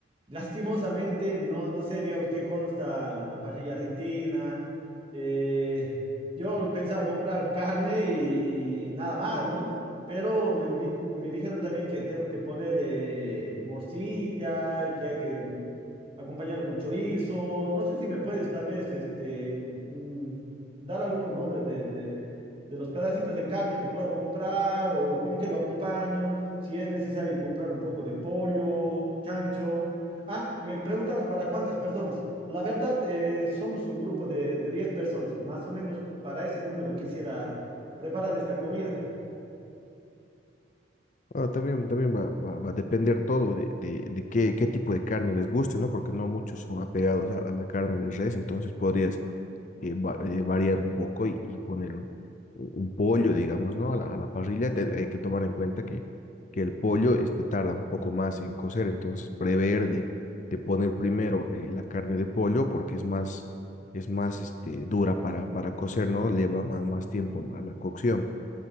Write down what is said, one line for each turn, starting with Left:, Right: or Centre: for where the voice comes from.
Right: Lastimosamente, no, no sé, digamos, qué consta una parrilla argentina. Eh, yo pensaba comprar carne y, y nada más, ¿no? Pero me, di- me dijeron también que tengo que poner eh, morcilla, que hay que mm, acompañarlo con chorizo. No sé si me puedes tal vez este, mm, mm, dar algunos nombres de, de- de los pedacitos de carne que puedo comprar o con qué lo acompaño, si es necesario comprar un poco de pollo, chancho. Ah, me preguntabas para cuántas personas. La verdad, eh, somos un grupo de, de 10 personas. Más o menos para ese número quisiera preparar esta comida.
Left: Ah, también, también va, va- va a depender todo de, de- de qué, qué tipo de carne les guste, ¿no? Porque no muchos son apegados a, a la carne de res, entonces podrías eh, va- eh, variar un poco y, y poner un, un pollo, digamos, ¿no? A la, a la parrilla. Te- hay que tomar en cuenta que, que el pollo este, tarda un poco más en cocer, entonces prever de, de poner primero eh, la carne de pollo porque es más, es más este, dura para, para cocer, ¿no? Lleva más, más tiempo la la cocción.